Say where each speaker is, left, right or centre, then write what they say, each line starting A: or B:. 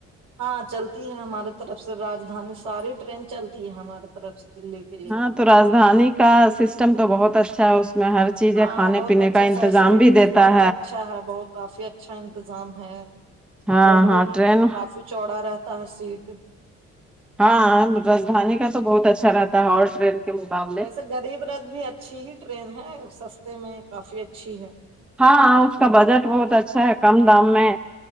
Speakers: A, on the right; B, in the centre.
A: ہاں چلتی ہے ہمارے طرف سے رادھانی ساری ٹرین چلتی ہے ہمارے طرف سے دلی کے لیے
B: ہاں تو رجدھانی کا سسٹم تو بہت اچھا ہے اس میں ہر چیز
A: ہاں
B: ہے کھانے
A: بہت
B: پینے
A: اچھا
B: کا انتظام
A: فیسلٹیز
B: بھی دیتا
A: بہت اچھا ہے بت کافی اچھا انتظام ہے
B: ہاں
A: بیڈ بھی
B: ہاں ٹرین
A: کافی چوڑا رہتا ہے سیٹ
B: ہاں راجدھانی کا تو بہت اچھا رہتا ہے اور <unintelligible> کے مقابلے
A: ویسے غریب رتھ بھی اچھی ہی ٹرین ہے سستے میں کافی اچھی ہے
B: ہاں اس کا بجٹ بہت اچھا ہے کم دام میں